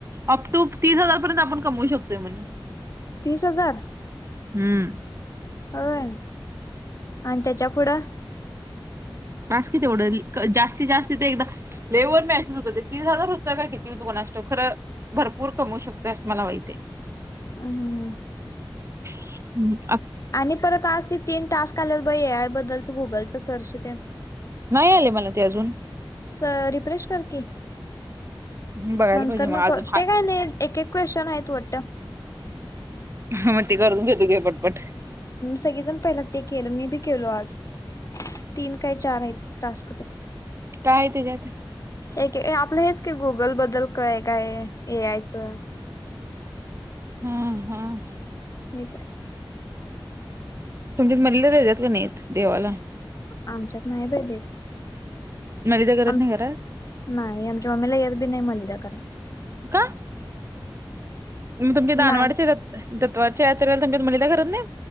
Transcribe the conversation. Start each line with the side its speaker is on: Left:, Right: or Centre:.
Right: अप टू तीस हजार पर्यंत आपण कमवू शकतो. होते म्हण.
Left: तीस हजार
Right: हम्म
Left: होय आणि त्याच्या पुढं
Right: मास कि तेवढं जास्तीत जास्त ते एकदा लेवर मेसेज होत ते तीस हजार होत का किती. कोणास ठाऊक भरपूर कमवू शकतो असं माहिती आहे.
Left: अंह.
Right: हम्म.
Left: आणि परत आज ते तीन टास्क आले बाई ॲप बद्दलच गुगलचं सर्च.
Right: नाही आले मला ते अजून.
Left: स रिफ्रेश कर की.
Right: हं, बघायला
Left: नंतर
Right: पाहिजे मग
Left: न
Right: अजून हाय
Left: ते काय नाही एक एक क्वेश्चन आहेत वाटत.
Right: म ते करून घे पटपट..
Left: सगळेजण पहिला ते केलं मी बी केलो आज तीन काय चार आहे तास.
Right: काय त्याच्यात?
Left: एक आपलं हेच की गुगल बद्दल काय काय ए यचं.
Right: हम्म हम्म
Left: हेच आहे.
Right: तुमच्या मणला देतात की नाही का नाहीत देवाला.
Left: आमच्यात नाही बाई देत.
Right: मलिदा करत
Left: आम
Right: नाही घरात
Left: नाही आमच्या माम्मीला यत बी नाही मलिदा करायला.
Right: का मग तुमचे दानवाडचे
Left: नाही
Right: दतवाडच्या यात्रला तुमच्या मंदीला करत नाही.